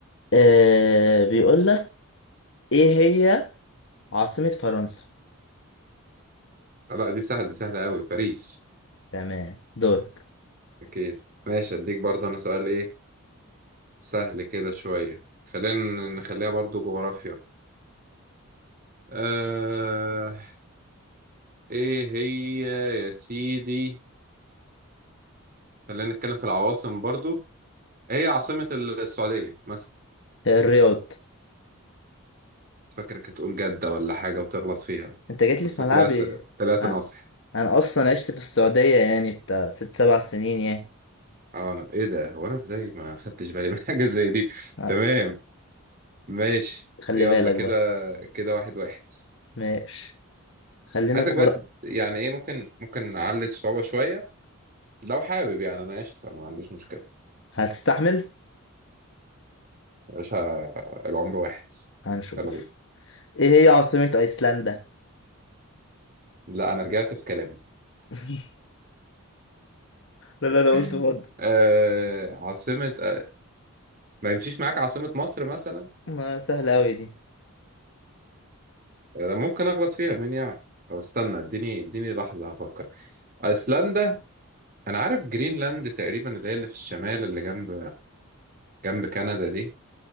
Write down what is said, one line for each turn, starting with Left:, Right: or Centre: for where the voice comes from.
Left: آه بيقول لك ايه هي عاصمة فرنسا
Right: آه، لا دي سهلة دي سهلة قوي باريس
Left: تمام دورك
Right: اكيد ماشي اديك برضه انا سؤال ايه سهل كده شوية خلينا نخليها برضو جغرافيا آه ايه هي يا سيدي خلينا نتكلم في العواصم برضو إيه هي عاصمة السعودية مثلا
Left: الرياض
Right: فاكرك هتقول جدة ولا حاجة وتغلط فيها
Left: انت جيت لي
Right: بس
Left: في ملعبي
Right: طلعت طلعت
Left: اه.
Right: ناصح
Left: انا اصلا عشت في السعودية يعني بتاع ست سبع سنين يعني
Right: اه أنا- ايه ده هو انا ازاي ما خدتش بالي من <laughs> حاجة زي دي
Left: اه.
Right: تمام ماشي
Left: خلي
Right: يلا
Left: بالك
Right: كده
Left: بقى
Right: كده واحد واحد
Left: ماشي خلينا
Right: عايزك
Left: جغر
Right: بقى تد- يعني ايه ممكن ممكن نعلي الصعوبة شوية لو حابب يعني انا قشطة انا ما عنديش مشكلة
Left: هتستحمل
Right: يا باشا العمر واحد
Left: هنشوف
Right: يلا بينا
Left: ايه هي عاصمة ايسلندا
Right: لا انا رجعت في كلامي
Left: <laughs> لا لا انا
Right: <laughs>
Left: قلت برضه
Right: آه عاصمة آه، ما يمشيش معاك عاصمة مصر مثلا
Left: ما سهلة اوي دي
Right: آه، ممكن اغلط فيها مين يعرف طب استنى اديني اديني لحظة هفكر ايسلندا انا عارف جرينلاند تقريبا اللي هي اللي في الشمال اللي جنب جنب كندا دي